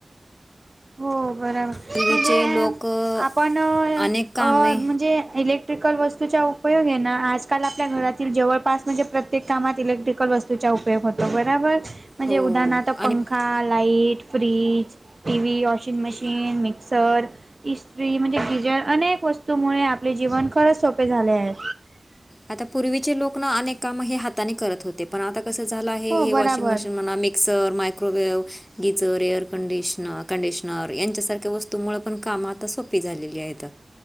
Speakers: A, on the right (about 40°); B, on the left (about 25°).
A: हो बरोबर म्हणजे
B: पूर्वीचे लोक अ,
A: आपण अ-अ
B: अनेक कामे
A: म्हणजे इलेक ट्रिकल वस्तू च्या उप उपयोग आहे ना आजकाल आपल्या घरातील जवळपास म्हणजे प्रत्येक कामात इलेक्ट्रिकल वस्तूचा उपयोग होतो बरोबर. म्हणजे
B: हो
A: उदाहरणार्थ पंखा
B: आणि
A: light fridge T V washing machine mixer इस्त्री म्हणजे किजर अनेक वस्तूमुळे आपले जीवन खरं सोपे झाले आहे.
B: आता पूर्वीचे लोक ना अनेक काम हे हाताने करत होते पण आता कसं झालं आहे
A: हो
B: हे
A: बराबर
B: वॉशिंग मशीन म्हणा आम्ही mixer microwave geyser air conditioner conditioner यांच्यासारख्या वस्तू तमुळ पण काम आता सोपी झालेली आहेत.